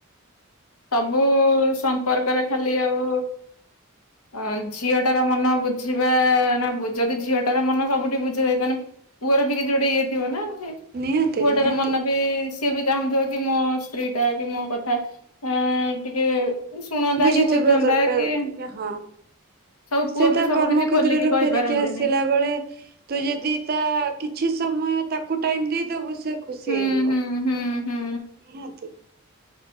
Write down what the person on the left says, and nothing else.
ସବୁ ସମ୍ପର୍କରେ ଖାଲି ଆଉ ଅ ଝିଅଟାର ମନ ବୁଝିବା ନା ଯଦି ଝିଅଟାର ମନ ସବୁଠି ବୁଝିଯାଇଥାନ୍ତା ତାହେଲେ ପୁଅର ବି କିଛି ଗୋଟେ ଇଏ ଥିବ ନା।
ପୁଅଟାର
ମନ ବି ସିଏ ବି ଚାହୁଁଥିବ କି ମୋ ସ୍ତ୍ରୀ ଟା କି ମୋ କଥା ହ ଟିକେ ଶୁଣନ୍ତା
କି ବୁଝନ୍ତା
କି
ସବୁ
ପୁଅ
ବି ସବୁ
କିଛି
ଖୋଲିକି କହିପାରନ୍ତିନି
ହୁଁ
ହୁଁ ହୁଁ ହୁଁ